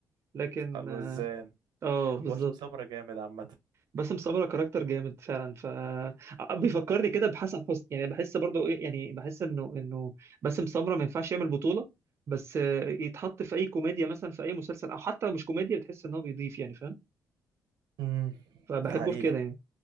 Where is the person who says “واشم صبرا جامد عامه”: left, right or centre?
Right